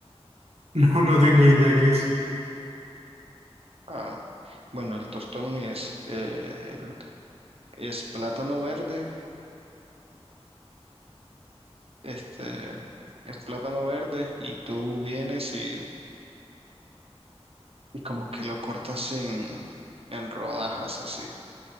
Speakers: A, on the right (about 80°); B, on the right (about 60°).
A: No, no tengo idea que eso.
B: Ah, bueno, el tostón es, eh, el- es plátano verde, este, es plátano verde y tú vienes y, y como que lo cortas en, en rodajas así.